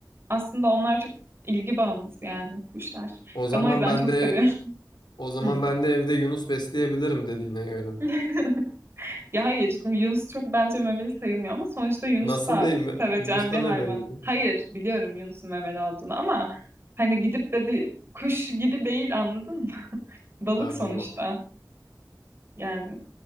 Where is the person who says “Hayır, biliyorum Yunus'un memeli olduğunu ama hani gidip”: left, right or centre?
Right